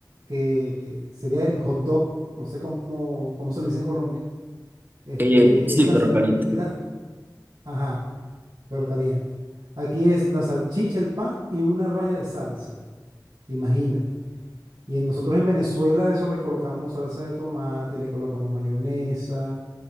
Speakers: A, on the right; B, on the right.
A: que eh, sería el hot dog, no sé cómo, cómo se le dice en Colombia, este,
B: Eh, sí,
A: es la
B: pero
A: sal,
B: caliente.
A: es la, ajá. pero caliente. Aquí es la salchicha, el pan y una raya de salsa. Imagínate. Y en- nosotros en Venezuela eso le colocamos salsa de tomate, le colocamos mayonesa,